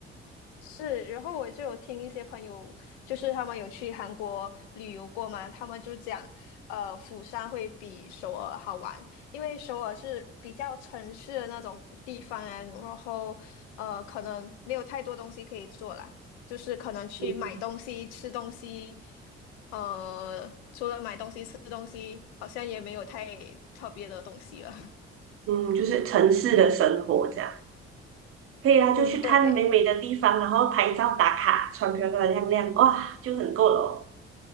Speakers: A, on the left (about 75°); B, on the right (about 40°).
A: 是，然后我就有听一些朋友，就是他们有去韩国旅游过嘛，他们就讲，呃，釜山会比首尔好玩，因为首尔是比较城市的那种地方啊，然后呃，可能没有太多东西可以做啦，就是可能去买东西、
B: 嗯
A: 吃东西，呃，除了买东西、吃东西，好像也没有太特别的东西了。<laughs>
B: 嗯，就是城市的生活这样。可以啊，
A: 嗯，
B: 就去看美美的地方，
A: 对。
B: 然后拍照打卡，穿漂漂亮亮，哇，就很够了哦。